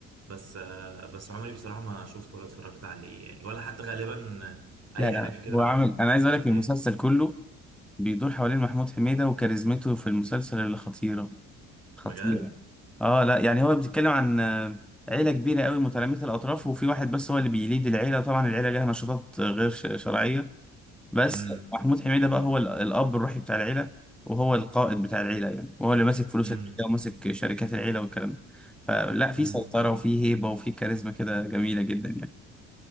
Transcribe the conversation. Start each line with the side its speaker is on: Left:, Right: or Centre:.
Right: بس آه، بس عمري بصراحة ما شفته ولا اتفرجت عليه يعني ولا حتى غالبا اي
Centre: لا لا
Right: حاجة كده
Centre: هو
Right: على
Centre: عامل
Right: تيك توك
Centre: انا عايز
Right: مش
Centre: اقول
Right: عارف
Centre: لك
Right: ليه
Centre: المسلسل كله بيدور حوالين محمود حميدة وكاريزمته في المسلسل اللي خطيرة خطيرة
Right: بجد
Centre: اه لا يعني هو بيتكلم عن آه، عيلة كبيرة قوي متلامسة الاطراف وفي واحد بس هو اللي بيليد العيلة طبعا العيلة ليها نشاطات غير ش- شرعية بس
Right: امم
Centre: محمود حميدة بقى هو ال- الاب الروحي بتاع العيلة وهو القائد بتاع العيلة يعني وهو اللي ماسك فلوس
Right: امم
Centre: العيلة وماسك شركات العيلة والكلام ده فلا في
Right: امم
Centre: سيطرة وفي هيبة وفي كاريزما كده جميلة جدا يعني